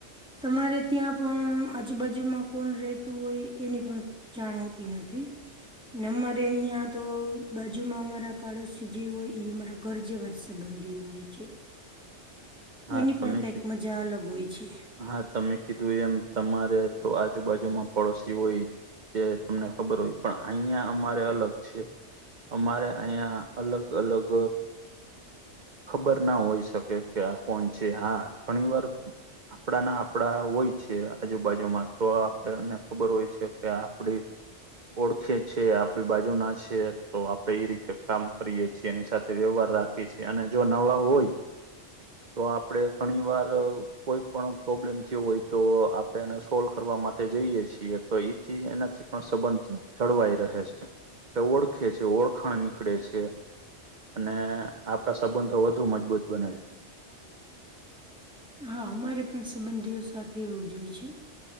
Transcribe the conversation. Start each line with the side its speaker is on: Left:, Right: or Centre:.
Centre: તમારે ત્યાં પણ આજુબાજુમાં કોણ રહેતું હોય તેની પણ જાણવતી નથી. અમારે અહીં તો બાજુમાં અમારા પાડોશી જે હોય જે અમારાં ઘર જેવાં જ સંબંધી હોય છે.
Right: હા
Centre: એની
Right: તમે
Centre: પણ કઈક
Right: કી-
Centre: મજા અલગ હોય છે.
Right: હા તમે કીધું એમ તમારે તો આજુબાજુમાં પડોશી હોય. તે તમને ખબર હોય પણ અહિયાં અમારે અલગ છે. અમારે અહિયાં અલગ અલગ ખબર ના હોય શકે કે આ કોણ છે હા ઘણીવાર આપણા ના આપણા હોય છે આજુબાજુમાં તો આપણને ખબર હોય છે કે આપડી ઓળખે છે આપણી બાજુનાં છે તો આપણે એ રીતે કામ કરીએ છીએ એની સાથે વ્યવહાર રાખ છે અને જો નવા હોય તો આપણે ઘણીવાર કોઈ પણ પ્રોબ્લેમ થયો હોય તો આપણે એને સોલ્વ કરવા માટે જઈએ છીએ તોઈ થી એનાથી પણ સંબંધ જળવાઈ રહે છે. કે ઓળખે છે ઓળખાણ નીકળે છે. અને આપણા સંબંધો વધુ મજબૂત બને છે.
Centre: હા અમારે પણ સંબંધીઓ સાથે એવું જોય છે.